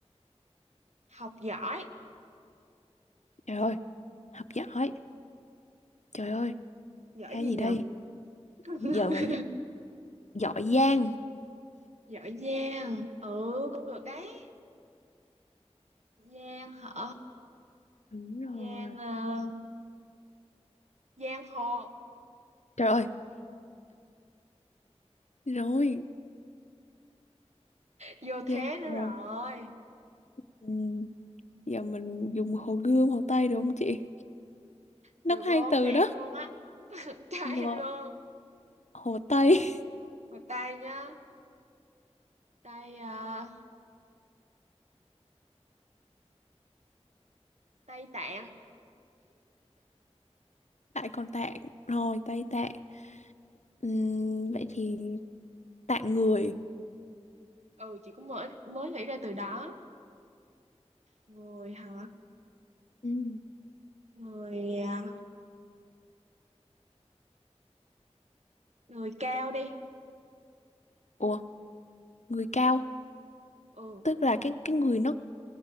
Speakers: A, on the right; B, on the left.
A: học giỏi,
B: Trời ơi, học giỏi. Trời ơi,
A: giỏi
B: ra
A: gì
B: gì
A: nhờ?
B: đây?
A: <laughs>
B: Giờ mà giỏi, giỏi giang.
A: Giỏi giang. Ừ cũng được đấy. Giang hả?
B: Đúng rồi.
A: Giang ờ, giang hồ.
B: Trời ơi, rồi,
A: Vô thế
B: giang
A: nữa
B: hồ.
A: rồi.
B: Ừ, giờ mình dùng hồ Gươm, hồ Tây được không chị?
A: Được
B: Nó có
A: luôn
B: hai từ
A: cho em
B: đó.
A: luôn á. <laughs> Cho
B: Rồi,
A: em luôn.
B: hồ
A: Chọn
B: Tây,
A: đi. Một tay nhá. Tay ờ, tay tạng.
B: <laughs> lại còn Tạng. Rồi, Tây Tạng. Ừm, vậy thì Tạng người.
A: Ừ chị cũng mới mới nghĩ ra từ đó. Người hả?
B: Ừm,
A: Người à, người cao đi
B: Ủa, người cao.
A: ừ
B: Tức là cái cái người nó